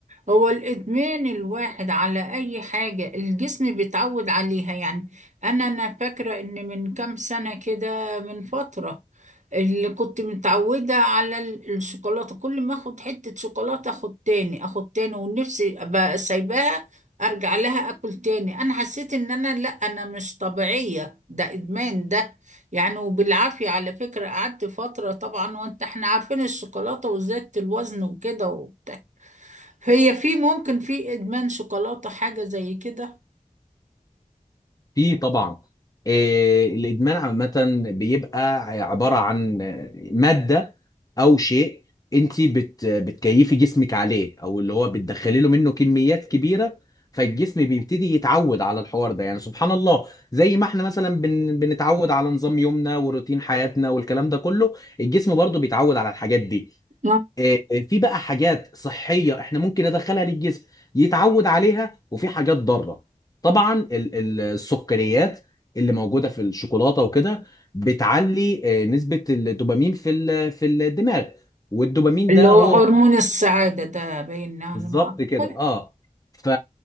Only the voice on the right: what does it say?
هو الإدمان الواحد على أي حاجة الجسم بيتعود عليها يعني أنا أنا فاكرة إن من كام سنة كده من فترة اللي كنت متعودة على ال- الشوكولاتة كل ما أخد حتة شوكولاتة أخد تاني أخد تاني ونفسي أبقى سايباها أرجع لها أكل تاني أنا حسيت إن أنا لأ أنا مش طبيعية ده إدمان ده يعني وبالعافية على فكرة قعدت فترة طبعا وأنت إحنا عارفين الشوكولاتة وزادت الوزن وكده وبتاع هي في ممكن في إدمان شوكولاتة حاجة زي كده
آه.
اللي
هو
هرمون السعادة ده باين على
ما
أعتقد